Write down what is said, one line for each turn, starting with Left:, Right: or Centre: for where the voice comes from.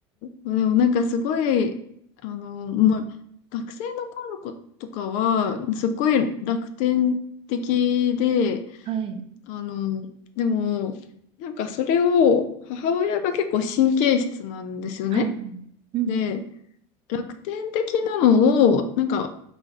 Left: まあでもなんかすごい、あの、まあ、学生の頃の子とかは、すごい楽天的で、
Right: はい。
Left: あの、でも、なんかそれを、母親が結構神経質なんですよね。
Right: はい。うんうん。
Left: で、楽天的なのを、なんか、